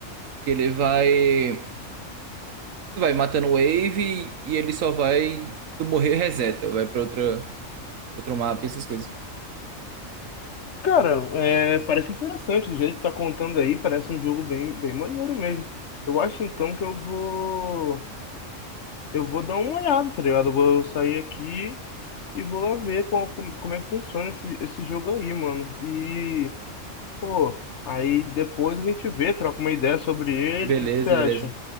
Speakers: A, on the right; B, on the left.
A: que ele vai. Tu vai matando wave e ele só vai. Tu morrer reseta, vai pra outra, outro mapa, essas coisas.
B: Cara, é, parece interessante do jeito que tá contando aí, parece um jogo bem, bem maneiro mesmo. Eu acho então que eu vou, eu vou dar uma olhada, tá ligado? Eu vou sair aqui e vou lá ver como, como, como é que funciona esse, esse jogo aí, mano. E, pô, aí depois a gente vê, troca uma ideia sobre ele,
A: Beleza,
B: o que que você acha?
A: beleza.